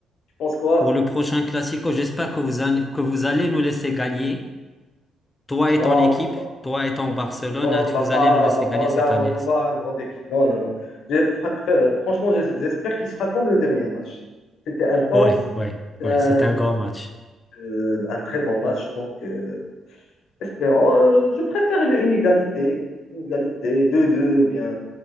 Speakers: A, on the left; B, on the left.
A: tu penses quoi?
B: Pour le prochain Classico, j'espère que vous allez, que vous allez nous laisser gagner. Toi et
A: Ah,
B: ton
A: on
B: équipe,
A: peut pas.
B: toi et ton
A: on
B: Barcelone,
A: peut- Non,
B: ah,
A: on va
B: vous
A: pas,
B: allez nous laisser
A: on va pas
B: gagner
A: regarder,
B: cette année.
A: on va pas
B: C'est-
A: voir une grande équipe. Non, non, non. J'ai- fr- euh, Franchement, j'es- j'espère qu'il sera comme le dernier match. C'était intense,
B: Ouais, ouais, ouais,
A: euh,
B: c'était un grand match.
A: euh, un très bon match. Donc, euh, espérons. Euh, je préfère une une égalité, une égalité deux deux ou bien